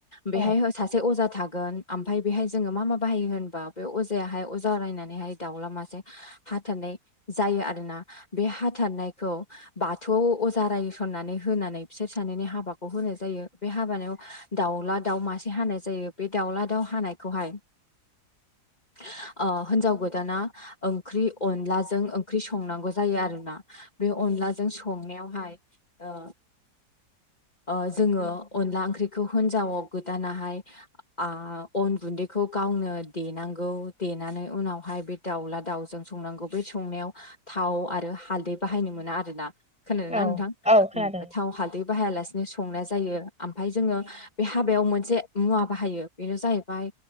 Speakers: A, on the left (about 25°); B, in the centre.
A: बेहाय
B: औ
A: सासे अजा था। गोन ओमफाय जों बेहाय मा मा बाहायो होनबा बेयाव अजाया अजारायनानै दाउला मासे। हाथारनाय जायो आरोना बे ह। थार नायखौ बाथौआव अजा रायसननानै होनानै बिसोर सानैनि हाबाखौ होनाय जायो बे। हाबानायाव दाउला दाउ मासे हानाय जायो बे दाउला दाउ हानायखौ हाय। <unintelligible> <inaudible> अह हिन्जाव गोदाना ओंख्रि अनलाजों ओंख्रि संनांगौ जायो आरोना। बे अनलाजों संनायावहाय ओ। ओ जोङो अनला ओंख्रिखौ हिन्जावाव गोदानाहाय अन गुन्दैखौ गाव। गावनो देनांगौ देनानै उनावहाय बे दाउला दाउजों संनांगौ बे संनायाव थाव। थाव आरो हालदै बाहायनो मोना आरोना खोनादों ना
B: औ
A: नोंथां
B: औ खोनादों
A: थाव हालदै। बाहायालासेनो संनाय जायो ओमफ्राय जोङो बे हाबायाव मोनसे मुवा बाहायो बेनो जाहैबाय।